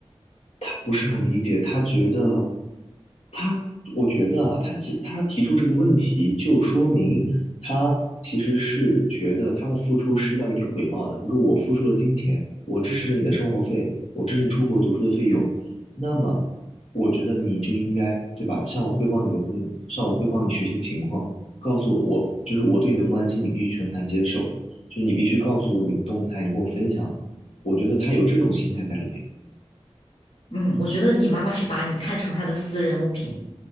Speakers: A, on the left; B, on the left.
A: 他不是很理解，他觉得，他，我觉得啊，他提他提出这个问题，就说明他其实是觉得他的付出是要一定回报的。比如说，我付出了金钱，我支持了你的生活费，我支持你出国读书的费用，那么我觉得你就应该，对吧？向我汇报你的工，向我汇报你学习的情况，告诉我，就是我对你的关心，你必须全盘接受，就是你必须告诉我你的动态，你跟我分享。我觉得他有这种心态在里面。
B: 嗯，我觉得你妈妈是把你看成她的私人物品。